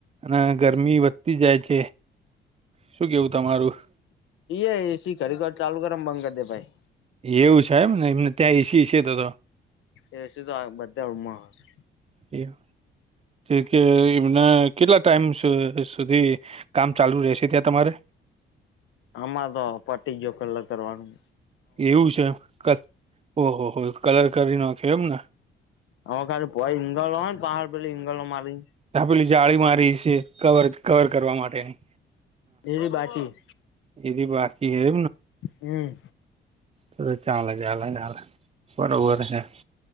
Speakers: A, on the right; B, on the left.
A: ના ગરમી વ ઘતી જાય છે. શું કેવું તમારું?
B: એ એ સી ઘરે ઘર ચાલુ કર બંધ કરી દે ભાઈ
A: એવું છે એમ ને એમને ત્યાં એ સી છે તો તો.
B: એ તો આ બધા રૂમ માં આહે.
A: એવું? જે કે એમને કેટલા ટાઈમ સુ-સુધી કામ ચાલુ રહેશે ત્યાં તમારે?
B: આમાં તો પતી ગયો કલર કરવારનું.
A: એવું છે ક ઓહો હો કલર કરી નાખે એમને?
B: હ ખાલી પોય ઇંગલ હો પહાર પેલી ઇંગગલ મારી
A: આપેલી જાળી મારી છે કવર અહ કવર કરવા માટે ની.
B: એવી બાકી
A: એથી બાકી હે
B: હમ્મ.
A: તોએ ચાલે ચાલે ચાલે બરોબર હે.